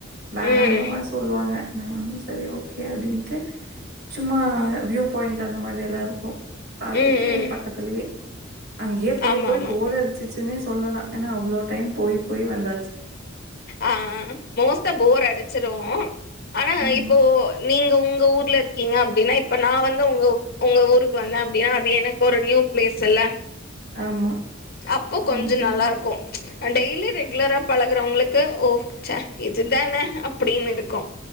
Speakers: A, on the right (about 55°); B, on the left (about 50°).
A: வேணான்ற
B: ம்
A: மாரி சொல்லுவாங்க நானு சரி ஓகே அப்டின்ட்டு சும்மா வியூ பாயிண்ட் அந்த மாரி எல்லா இருக்கு பாத்துட்டு
B: ம் ம்
A: பக்கத்தலயே அங்கியே போய்
B: ஆமா
A: போய்
B: ஆமா.
A: போர் அடிச்சுச்சுன்னே சொல்லலா ஏனா அவ்ளோ டைம் போய் போயி வந்த
B: ஆ மோஸ்டா போர் அடிச்சுரு ஆனா
A: ஆமா.
B: இப்போ நீங்க உங்க ஊர்ல‌ இருக் கிங்க அப்பிடின்னா இப்ப நா வந்து ஒங்க ஒங்க ஊருக்கு வந்தே அப்பிடின்னா அது எனக்கு ஒரு நியூ பிளேஸ் இல்ல
A: ஆமா
B: அப்ப கொஞ்ச
A: அப்படின்னு
B: நல்லாருக்கும் டெய்லி ரெகுலரா பழகுறவங்களுக்கு ஓ சே இதுதானே அப்டின்னு இருக்கு